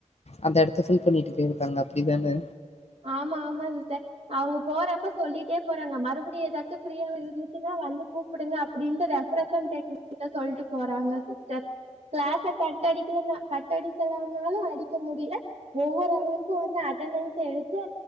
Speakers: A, on the left; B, on the right.
A: அந்த இடத்த ஃபில் பண்ணிட்டு போயிருக்காங்க அப்டி தானே
B: ஆமா ஆமா சிஸ்டர் அவுங்க போறப்ப சொல்லிட்டே போறாங்க மறுபடியு ஏதாச்சு ஃப்ரியவர் இருந்துச்சுனா வந்து கூப்புடுங்க அப்டின்ட்டு ரெஃப்ரசெண்டேடிவ் கிட்ட சொல்ட்டு போறாங்க சிஸ்டர் கிளாச கட் அடிக்குன்ன அடிக்கலானாலு கட் அடிக்க முடில ஒவ்வொரு அவருக்கோ வந்து அட்டனன்ஸ எடுத் து